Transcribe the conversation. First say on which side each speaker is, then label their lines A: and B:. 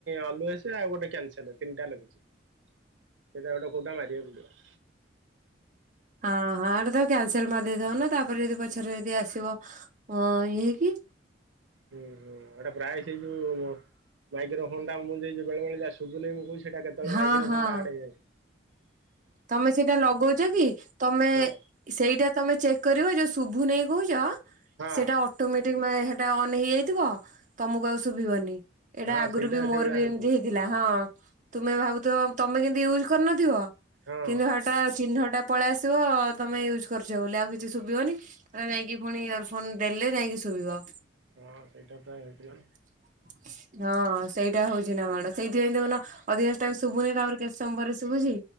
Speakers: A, on the right; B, on the right.
A: ଅଲୁଏଜ୍ ଆଉ ଗୋଟେ କ୍ୟାନସେଲ୍ ତିନିଟା ଲାଗୁଛି। ସେଟା କୋଉଟା ଗୋଟେ ମାରିବାକୁ ପଡିବ।
B: ହଁ ହଁ ଏଟା ତ କ୍ୟାନସେଲ୍ ମାରିଦେଇଥାଉନୁ ତାପରେ ଯଦି ପଛରେ ଯଦି ଆସିବ ଇଏ ହେଇକି।
A: ହୁଁ ହୁଁ ଏଟା ପ୍ରାୟେ ସେଇ ଯୋଉ ମାଇକ୍ରୋଫୋନ୍ ଟା ମୁଁ ଦେଇଚି ବେଳେ ବେଳେ ଯାହା ଶୁଭୁନି ମୁଁ କହୁଛି। ସେଇଟା କେତେଳେ
B: ହଁ
A: ମାଇକ୍ରୋ
B: ହଁ।
A: ଫୋନ୍ ଟା ଆଡ୍ ହେଇଯାଉଛି।
B: ତମେ ସେଇଟା ଲଗଉଚ କି ତମେ
A: ହଁ
B: ସେଇଟା ତମେ ଚେକ୍ କରିବ ଯୋଉ ଶୁଭୁ ନେହି କହୁଚ
A: ହଁ
B: ସେଇଟା ଅ ଅଟୋମେଟିକ୍ ହେଟା ଅନ୍ ହେଇଯାଇଥିବ ତମକୁ ଆଉ ଶୁଭିବନି। ଏଇଟା
A: ହଁ
B: ଆଗରୁ
A: ସେଇଟା
B: ବି ମୋର
A: ସେଇଭଳିଆ
B: ବି
A: ହଉଛି
B: ଏମିତି
A: ନା
B: ହେଇଥିଲା ହଁ ତୁମେ ଭାବୁଥିବ ତମେ କେମତି ୟୁଜ୍ କରିନଥିବ।
A: ହଁ
B: କିନ୍ତୁ ହେଟା ଚିହ୍ନଟା ପଳେଇ ଆସିବ ତମେ ୟୁଜ୍ କରିଚ ବୋଲି ଆଉ କିଛି ଶୁଭିବନି। ହେରା ଯାଇକି ପୁଣି ଇୟରଫୋନ୍ ଦେଲେ ଯାଇକି ଶୁଭିବ।
A: ହଁ ସେଇଟା ତ ହେଇଥିଲା ନାଁ।
B: <unintelligible> ହଁ ସେଇଟା ହଉଚି ନାଁ କଣ ସେଇଥିପାଇଁ ଦେଖୁନ ଅଧିକାଂଶ ଟାଇମ୍ ଶୁଭୁନି ତାପରେ କେତେ ସମୟ ପରେ ଶୁଭୁଚି।